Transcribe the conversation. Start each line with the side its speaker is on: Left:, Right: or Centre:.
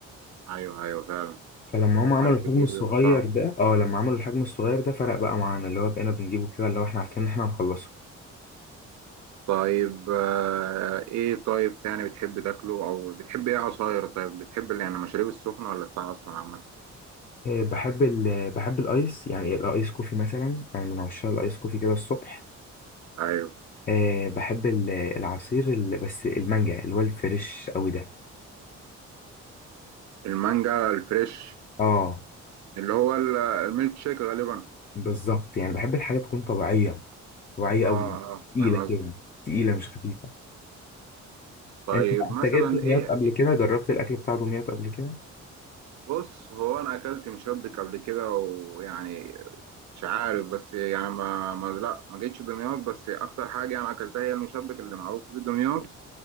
Right: ايوه ايوه فعلا
Left: فلما هم
Right: فكر
Left: عملوا
Right: كتير
Left: الحجم الصغير
Right: بيبقى صعب
Left: ده اه لما عملوا الحجم الصغير ده فرق بقى معانا اللي هو بقينا بنجيبه كده اللي هو احنا عارفين ان احنا هنخلصه
Right: طيب آه، ايه طيب تاني بتحب تاكله او بتحب ايه عصاير طيب بتحب اللي يعني المشاريب السخنه ولا الساقعه اصلا عامه
Left: آه، بحب ال بحب الايس يعني الايس كوفي مثلا انا من عشاق الايس كوفي كده الصبح
Right: ايوه
Left: أه بحب ال- العصير ال- بس المانجا اللي هو الفريش قوي ده
Right: المانجا الفريش
Left: اه
Right: اللي هو ال- الميلك شيك غالبا
Left: بالظبط يعني بحب الحاجه تكون طبيعيه طبيعيه
Right: اه
Left: قوي
Right: اه
Left: تقيله
Right: فاهم
Left: كده
Right: قصدك
Left: تقيله مش خفيفه
Right: طيب
Left: انت انت
Right: مثلا
Left: جيت دمياط
Right: ايه
Left: قبل
Right: إيه-
Left: كده جربت الاكل بتاع دمياط قبل كده
Right: بص هو انا اكلت مشبك قبل كده ويعني مش عارف بس يعني ما, ما لا ما جيتش دمياط بس اكتر حاجه انا اكلتها هي المشبك اللي معروف في دمياط